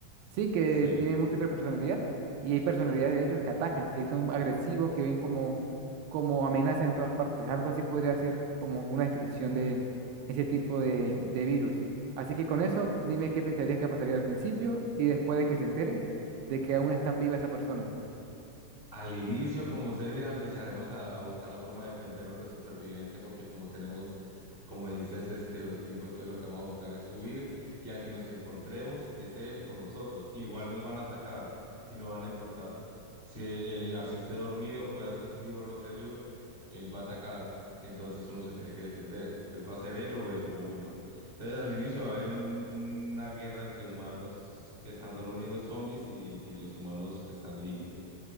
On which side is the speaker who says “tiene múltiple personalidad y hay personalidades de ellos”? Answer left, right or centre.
Right